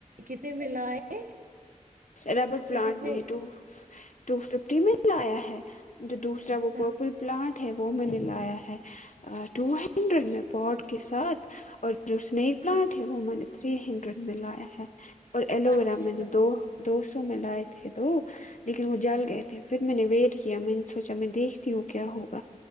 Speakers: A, on the right (about 85°); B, on the left (about 65°).
A: کتنےمیں لاے یہ
B: ربرٹ پلانٹ
A: یہ کتنے
B: میں نےتو ٹو ففٹی میں لایا ہے جو دوسرا
A: اچھا
B: وہ پرپل پلانٹ ہے وہ میں نے لایا ہے ٹو ہنڈریڈ میں پوٹ کے ساتھ اور جو اسنیک پلانٹ ہے وہ میں نے تھری ہنڈریڈ میں لایا ہے اور ایلو
A: اچھا
B: ویرا میں نے دو دو سو میں لائے تھے دو لیکن وہ جل گئے تھے پھر میں نے ویٹ کیا میں نے سوچا میں دیکھتی ہوں کیا ہوگا